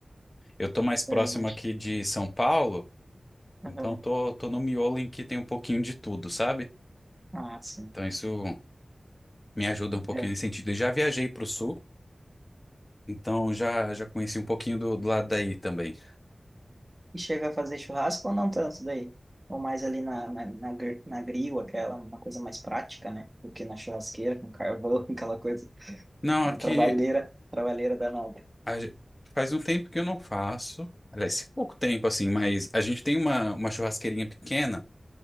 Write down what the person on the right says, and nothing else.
É, mas.
aham.
Ah, sim.
É.
E chega a fazer churrasco ou não tanto daí? Ou mais ali na, na, na, gr- na grill, aquela, uma coisa mais prática, né? Do que na churrasqueira, com carvão, <laughs> aquela coisa.
Uma
trabalheira, trabalheira danada.